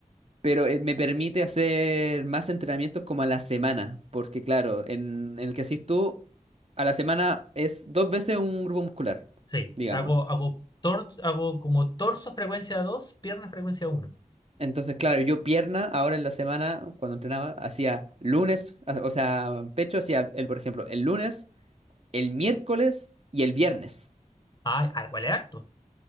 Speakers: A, on the right; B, on the left.
A: pero eh, me permite hacer más entrenamientos como a la semana, porque claro, en, en el que haces tú, a la semana es dos veces un grupo muscular,
B: Sí,
A: digamos.
B: hago, hago, tor- hago como torso frecuencia 2 pierna frecuencia uno
A: Entonces, claro, yo pierna, ahora en la semana, cuando entrenaba, hacía lunes, a- o sea, pecho hacía, el, por ejemplo, el lunes, el miércoles y el viernes.
B: Ah, ah, vale harto.